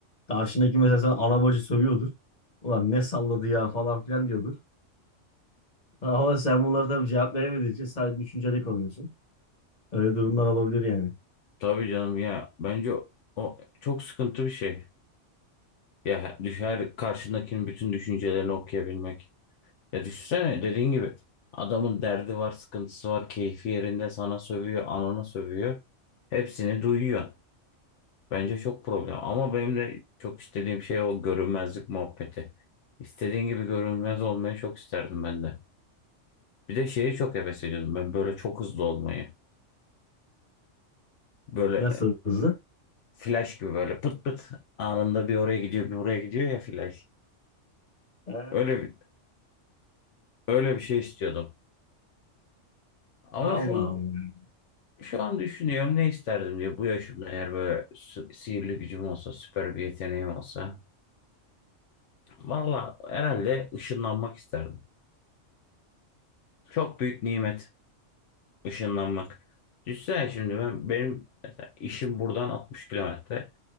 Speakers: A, on the left; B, on the left.
A: Karşındaki mesela sana ana bacı sövüyordur. Ulan ne salladı ya falan filan diyordur. <laughs> Ama sen bunlara tabii cevap veremediğin için sadece düşünceli kalıyorsun. Öyle durumlar olabilir yani.
B: Tabii canım ya bence o çok sıkıntı bir şey. Ya düşer karşındakinin bütün düşüncelerini okuyabilmek. Ya düşünsene dediğin gibi adamın derdi var, sıkıntısı var, keyfi yerinde sana sövüyor, anana sövüyor. Hepsini duyuyor. Bence çok problem. Ama benim de çok istediğim şey o görünmezlik muhabbeti. İstediğin gibi görünmez olmayı çok isterdim ben de. Bir de şeyi çok heves ediyordum ben böyle çok hızlı olmayı. Böyle
A: Nasıl hızlı?
B: flash gibi böyle pıt pıt anında bir oraya gidiyor bir buraya gidiyor ya flash.
A: He.
B: Öyle bir, öyle bir şey istiyordum. Ama
A: Allah
B: şu an
A: Allah.
B: Şu an düşünüyorum ne isterdim diye bu yaşımda eğer böyle sü- sihirli gücüm olsa süper bir yeteneğim olsa. Valla herhalde ışınlanmak isterdim. Çok büyük nimet ışınlanmak. Düşünsene şimdi ben benim mesela işim buradan 60 kilometre.